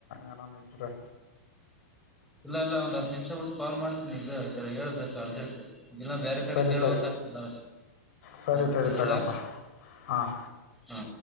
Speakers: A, on the left; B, in the centre.
A: ಏನಾನ ಇದ್ರೇ.
B: ಇಲ್ಲ ಇಲ್ಲ ಒಂದ್ ಹತ್ ನಿಮಿಷ ಬಿಟ್ಟು ಕಾಲ್ ಮಾಡ್ತೀನಿ ಈಗ ಜರಾ ಹೇಳ್ಬೇಕು ಅರ್ಜೆಂಟ್. ಇಲ್ಲ ಬೇರೆ ಕಡೆ
A: ಸರಿ
B: ಕೇಳ್ಬೇಕ್
A: ಸರಿ
B: ಆತತೆ
A: ಸರಿ
B: ಆಯ್ತು
A: ಸರಿ
B: ಇಡ್ಲಾ
A: ತಗಪ್ಪ ಹಾಂ
B: ಹಾ.